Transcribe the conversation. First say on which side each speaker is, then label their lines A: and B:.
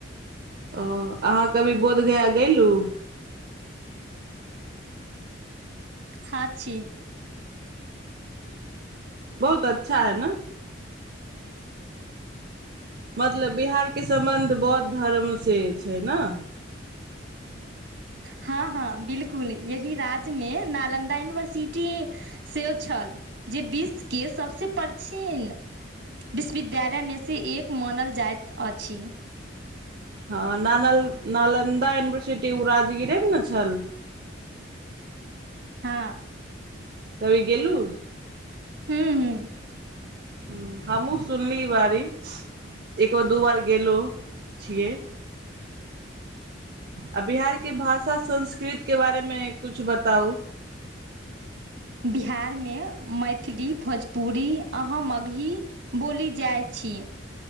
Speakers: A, on the right (about 55°); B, on the right (about 75°).
A: ओ अहाँ कभी बोधगया गेलहुँ।
B: हा छी।
A: बहुत अच्छा है ने। मतलब बिहारके सम्बन्ध बौद्ध धर्म से छै ने।
B: हँ हँ बिलकुल यही राज्यमे नालन्दा यूनिवर्सिटी सेहो छल जे विश्वके सभसँ प्राचीन विश्वविद्यालयमेसँ एक मानल जाइत अछि।
A: हँ न नालन्दा यूनिवर्सिटी ओ राजगिरेमे ने छल।
B: हँ।
A: कभी गेलू।
B: हू हू।
A: ह हमहूँ सुनली बारी एक बे दू बार गेलो छियै। आ बिहार के भाषा संस्कृत के बारे मे कछु बताउ।
B: बिहारमे मैथिली भोजपुरी अह मगही बोली जाइत छी।